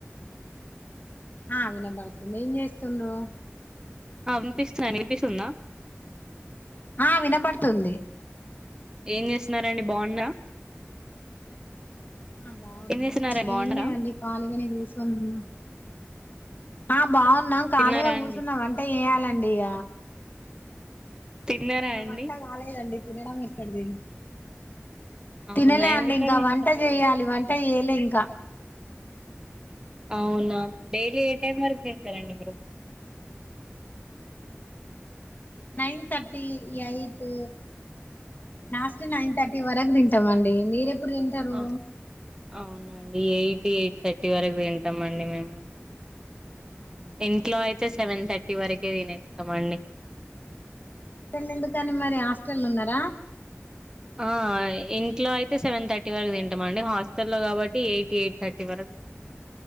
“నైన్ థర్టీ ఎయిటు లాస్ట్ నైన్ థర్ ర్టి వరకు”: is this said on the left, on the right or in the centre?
Left